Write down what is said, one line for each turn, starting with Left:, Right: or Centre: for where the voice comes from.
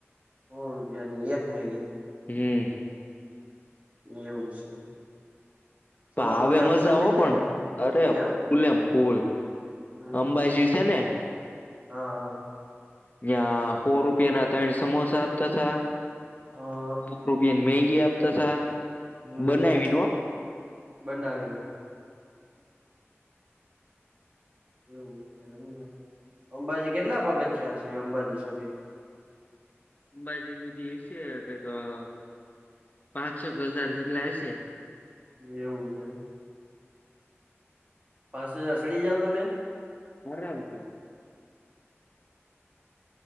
Right: સો રૂપિયાની એક મેગી.
Left: હમ
Right: એવું છે. સો
Left: પ આવે
Right: રૂપિયા
Left: મજા
Right: વસૂલ
Left: આવો
Right: થઇ જાય
Left: પણ
Right: ને
Left: અરે
Right: એમ
Left: ફૂલ એ ફૂલ
Right: હમ
Left: અંબાઈજી સે ને
Right: હા હા.
Left: ન્યાં સો રૂપિયા ના તયણ સમોસા આપતા થા
Right: હા હા
Left: સો રૂપિયા મેગી આપતાતા
Right: હમ
Left: બનાવીને હો
Right: બનાવીને. એવુ એમને. અંબાજી કેટલા પગથયા છે? અંબાજી સુધી
Left: અંબાાજી સુધી હયસે કાંઈક પાંચક હજાર જેટલા હયસે
Right: એવું છે. પાંચ હજાર સડી જાવ તમે?
Left: આરામથી.